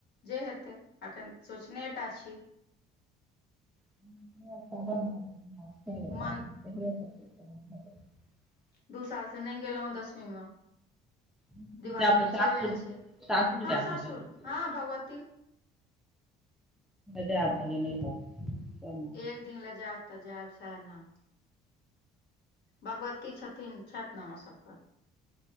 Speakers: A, on the left; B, in the centre.
A: जे हेतै अखन सोचने टा छी
B: म
A: मन
B: <unintelligible>
A: दू साल से नहि गेलहुँ हं दसवीं मे
B: <unintelligible>
A: दिवाली
B: जाब
A: मे
B: तऽ
A: चलि
B: सासुर
A: जाइ छियै
B: सासुर
A: हँ
B: जैब
A: सासुर
B: ने पहिले
A: हँ भगवती
B: जा मने न <unintelligible> हि हय
A: एक दिन ले जायब तऽ जायब सएह ने भगवती छथिन छथि ने हमर सभके